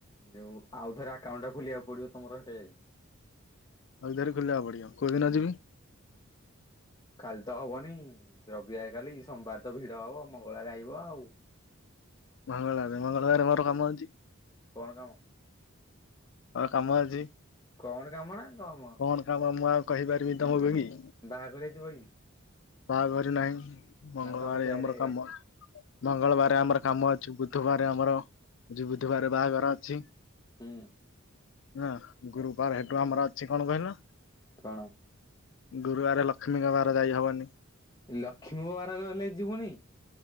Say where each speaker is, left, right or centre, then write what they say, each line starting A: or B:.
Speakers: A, on the left; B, on the left.
A: ଯୋଉ ଆଉ ଥରେ ଆକାଉଣ୍ଟ୍ ଟା ଖୋଲିବାକୁ ପଡ଼ିବ ତମର ହେଠି।
B: ଆଉଥରେ ଖୋଲିବାକୁ ପଡ଼ିବ କୋଉ ଦିନ
A: ହୁଁ
B: ଯିବି।
A: କାଲି ତ ହବନି ରବିବାର କାଲି ସୋମବାର ତ ଭିଡ଼ ହବ ମଙ୍ଗଳବାର ଆଇବ ଆଉ।
B: ମଙ୍ଗଳବାର ମଙ୍ଗଳବାର ମୋର କାମଅଛି।
A: କଣ କାମ?
B: ମୋର କାମ ଅଛି।
A: କଣ କାମ ନା? କମ
B: କଣ କାମ ମୁଁ ଆଉ କହିପାରିବି ତମକୁ କି।
A: ବାହାଘରିଆ ଯିବ କି?
B: ବାହାଘର ନାହିଁ ମଙ୍ଗଳବାର
A: ନା ତମ ସାହିରେ
B: ଆମର କାମ ମଙ୍ଗଳବାର ଆମର କାମ ଅ ବୁଧବାର ଆମର ବୁଧୁବାରେ ବାହାଘର ଅଛି।
A: ହୁଁ।
B: ହଁ ଗୁରୁବାର ହେଠୁ ଆମର ଅଛି କଣ କହିଲ।
A: କଣ?
B: ଗୁରୁବାର ଲକ୍ଷ୍ମୀଙ୍କ ବାର ଯାଇ ହବନି।
A: ଲକ୍ଷ୍ମୀଙ୍କ ବାର ଗଲେ ଯିବୁନି।